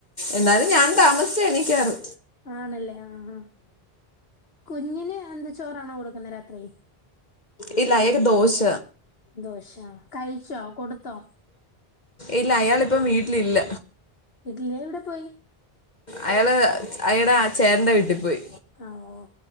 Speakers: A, on the left; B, on the left.
A: എന്നാലും ഞാൻ താമസ്ച്ച എണിക്കാറ്.
B: ആണല്ലേ അ ആ കുഞ്ഞിന് കുഞ്ഞിന്ന്താ ചോറാണോ കൊടുക്കുന്നെ രാത്രി.
A: ഇല്ല അയാക്ക് ദോശ.
B: ദോശ കഴിച്ചോ കൊടുത്തോ
A: ഇല്ല അയാളിപ്പൊ വീട്ടിൽഇല്ല.
B: ഇഡ്ലി എവിടെ പോയി
A: അയാള് അയാടെ ചേട്ട്ന്റെ വീട്ടി പോയി.
B: ആ ഓ